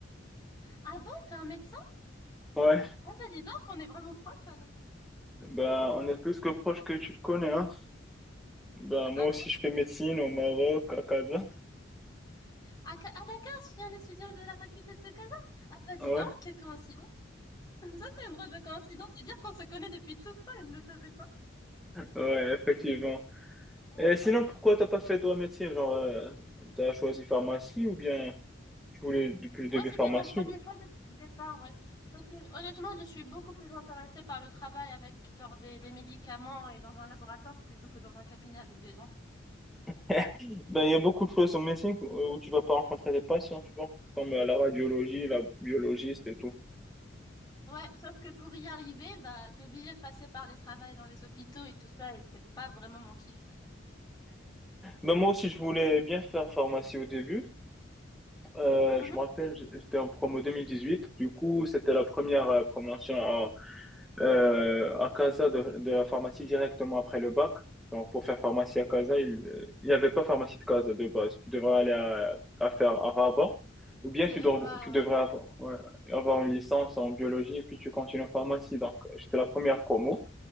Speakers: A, on the left (about 20°); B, in the centre.
A: Ah bon, t'es un médecin?
B: Ouais.
A: Ah bah dis donc, on est vraiment proches alors.
B: Ben, on est plus que proche que tu le connais, hein. Ben, moi
A: Ah
B: aussi,
A: bon?
B: je fais médecine au Maroc, à Casa.
A: Ah, ca- ah, d'accord, je suis un étudiant de la faculté de Casa. Ah bah dis
B: Ouais,
A: donc, quelle coïncidence. Ça, c'est une drôle de coïncidence. C'est-à-dire qu'on se connaît depuis tout le temps et je ne le savais pas.
B: ouais, effectivement.
A: C'est
B: Et
A: Incroyable.
B: sinon, pourquoi t'as pas fait toi médecine? Genre, euh, t'as choisi pharmacie ou bien tu voulais depuis le début
A: Ouais, c'était
B: pharmacie?
A: mon premier choix depuis le départ, ouais. Parce que honnêtement, je suis beaucoup plus intéressée par le travail avec genre des, des médicaments et dans un laboratoire plutôt que dans un cabinet avec des gens.
B: <laughs> Ben, il y a beaucoup de choses en médecine où tu vas pas rencontrer des patients, tu vois, comme euh, la radiologie, la biologiste et tout.
A: Ouais, sauf que pour y arriver, bah, t'es obligé de passer par des travails dans les hôpitaux et tout ça et c'est pas vraiment mon kiff.
B: Ben, moi aussi, je voulais bien faire pharmacie au début. Euh,
A: Mhm.
B: je me rappelle, j'étais en promo 2018. Du coup, c'était la première euh, promotion euh, à Casa de, de la pharmacie directement après le bac. Donc, pour faire pharmacie à Casa, il euh, il n'y avait pas pharmacie de Casa de base. Tu devrais aller à, à faire à Rabat ou bien
A: Je
B: tu, dev-
A: vois,
B: tu devrais
A: ouais.
B: avoir, ouais, avoir une licence en biologie et puis tu continues en pharmacie. Donc, j'étais la première promo